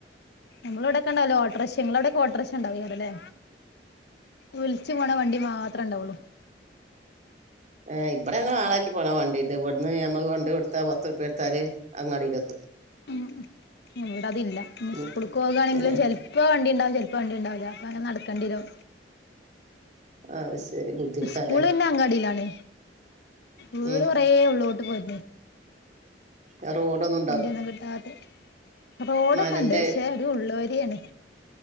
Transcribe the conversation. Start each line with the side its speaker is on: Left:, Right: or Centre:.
Left: നമ്മളവിടഒക്കെണ്ടല്ലോ ഓട്ടോർഷ്യ ഇങ്ങളഅവിടെക്കെ ഓട്ടോർഷ്യ ഇണ്ടാവുക്കാരംല്ലേ വിളിച്ചു പോണ വണ്ടി മാത്രേ ഉണ്ടാവുള്ളൂ
Right: ഏ ഇവിടെ ഞങ്ങെ ആളാക്കി പോണാൻ വേണ്ടിട്ട് ഇന്ന് ഞമ്മൾ കൊണ്ടയ് കൊടുത്താ പത്ത്റുപ്പ്യകൊടുത്താല് അങ്ങാടി ലെത്തും.
Left: ഉ ഇവിട അതില്ല
Right: ഉം
Left: സ്കൂൾക്ക് പോകാണെങ്കിലും
Right: ഏഹ്
Left: ചെൽ -- ഇപ്പോ വണ്ടി ണ്ടാവും ചിലപ്പോവണ്ടി ണ്ടാവില്ല അപ്പ അങ്ങന നടക്കണ്ടേരും
Right: അയ് ശരി ബുദ്ധിമുട്ടാല്ലേ
Left: സ്കൂൾ പിന്നെ അങ്ങാടിയിലാണ് വീട്
Right: ഉം
Left: കൊറേ ഉള്ളോലോട്ട് പോയി
Right: ആറോഡൊന്നും
Left: വണ്ടി ഒന്നും കിട്ടാത്ത റോഡൊക്കെ
Right: മലന്റെ
Left: ഉണ്ട് പക്ഷെ ഒരു ഉള്ളോരിയാണ്